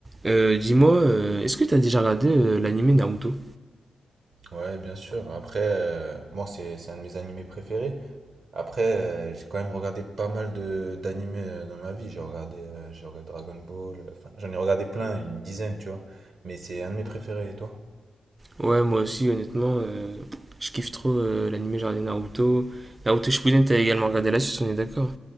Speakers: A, on the right; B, on the right.
A: Euh, dis-moi, euh, est-ce que t'as déjà regardé euh, l'anime Naruto?
B: Ouais, bien sûr. Après, euh, bon, c'est c'est un de mes animés préférés. Après, euh, j'ai quand même regardé pas mal de d'animés euh, dans ma vie. J'ai regardé, euh, j'ai regardé Dragon Ball. euh, Enfin, j'en ai regardé plein, une dizaine, tu vois. Mais c'est un de mes préférés, et toi?
A: Ouais, moi aussi, honnêtement, euh, je kiffe trop euh, l'anime, j'ai regardé Naruto. Naruto Shippuden, t'as également regardé la suite, on est d'accord?